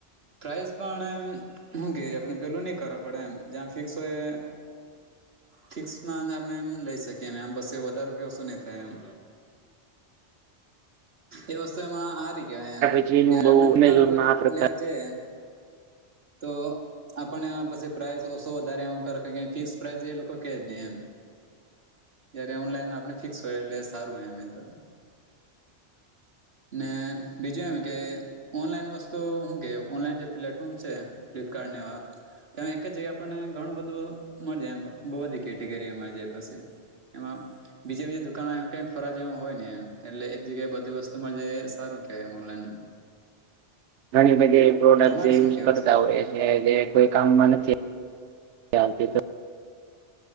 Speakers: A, on the right (about 55°); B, on the right (about 75°).
A: પ્રાઈઝ પણ. હું કે આપણે પેલું નઈ કરવા પડે એમ જ્યાં ફિક્સ હોય. ફિક્સ આપણે એ લઈ શકીએ. કેમ બ વધારો કે શું નહી થાય એમ. એ વસ્તુ એમાં હારી. કેવાયમ
B: પછીનું
A: જયારે
B: બહુ
A: આપણે દુકાન
B: એમેઝોનમાં
A: પર
B: આ પ્રકાર
A: લેવા જઈ તો આપણે એમાં પછી પ્રાઇઝ ઓછો વધારે એવુ કરે ફિક્સ પ્રાઇઝ એ લોકો કે નહી એમ જયારે ઓનલાઈન આપણે ફિક્સ હોય એટલે સારું એમે તો
B: હ <unintelligible>
A: ને બીજું એમ કે ઓનલાઈન વસ્તુ હું કે ઓનલાઈન જે પ્લેટફોર્મ છે ફ્લિપકાર્ટ એવા તેમાં એક જગ્યાએ આપણને ઘણું બધું મળ જાયમ બહુ બધી કેટેગરીઓ મળી જાય બસ એમ એમાં બીજી બીજી દુકાન કે ફરવા જેવુ હોય ને એમ એટલે એક જગ્યાએ બધી વસ્તુ મળાય સારું કેવાયનનું ઓનલાઇન નુ.
B: ઘણી બધી પ્રોડક્ટ
A: તમારે
B: જે યુઝ
A: શું કેવું
B: કરતા
A: છે
B: હોય કોઈ કામમાં નથી જાંત તે તો